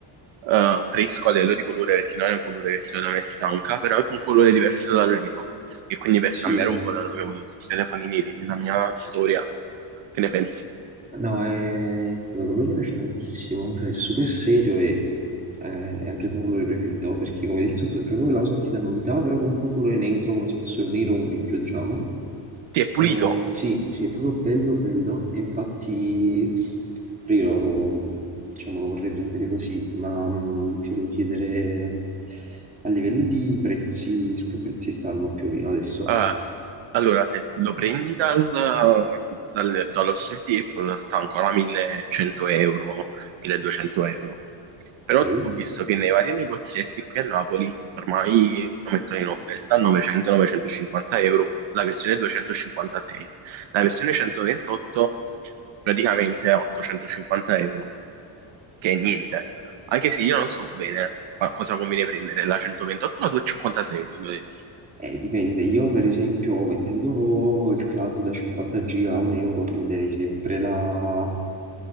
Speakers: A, on the right; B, on the right.
A: eh, fresco a livello di colore, perché non è un colore che secondo me stanca, però è anche un colore diverso dal nero. E quindi per
B: Sì,
A: cambiare un po' dato che ho avuto tutti i telefoni neri nella mia storia, che ne pensi?
B: no, è... come colore mi piace tantissimo, cioè è super serio e eh, è anche il mio colore preferito, perché come hai detto tu è proprio quella cosa che ti dà novità, però comunque un colore neutro, come se fosse un nero o un grigio, diciamo.
A: Sì, è pulito.
B: Eh, sì, sì, è proprio bello, bello, e infatti pure io lo, diciamo, lo vorrei prendere così, ma mh, ti volevo chiedere a livello di prezzi, su che prezzi stanno più o meno adesso,
A: Eh, allora, se lo prendi dal, dal- dallo store di Apple, sta ancora 1100 euro, 1200 euro. Però
B: ok?
A: ho visto che nei vari negozietti qui a Napoli ormai lo mettono in offerta a 900-950 euro, la versione 256. La versione 128 praticamente a 850 euro, che è niente. Anche se io non so bene qua- cosa conviene prendere, la 128 o la 256 secondo te?
B: Eh, dipende, io per esempio mettendo il cloud da 50 giga a un euro prenderei sempre la,